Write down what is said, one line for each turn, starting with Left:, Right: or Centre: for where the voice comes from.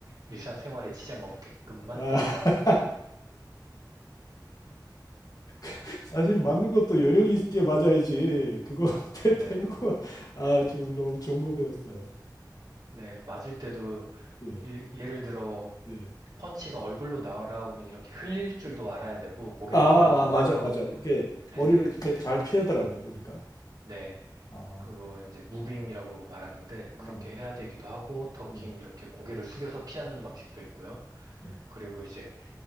Right: 일상생활에 지장 없게끔만
Left: 예예아
Right: 때립니다.
Left: <laughs> 사실 맞는 것도 요령 있게 맞아야지 그거 <laughs> 대-
Right: 네,
Left: 대놓고 아 지금 너무 좋은 거 배웠어요.
Right: 네, 맞을 때도
Left: 예
Right: 일- 예를 들어
Left: 예.
Right: 펀치가 얼굴로 날아오면 이렇게 흘릴 줄도 알아야 되고 고개를
Left: 아,
Right: 돌려가면서,
Left: 아 맞아 맞아 이게
Right: 네네,
Left: 머리를 이렇게 잘 피하더라고요 보니까.
Right: 네,
Left: 아,
Right: 그거 이제 무빙이라고 말하는데
Left: 어,
Right: 그렇게 해야 되기도 하고 더킹
Left: 예,
Right: 이렇게 고개를 숙여서 피하는 방식도 있고요.
Left: 예.
Right: 그리고 이제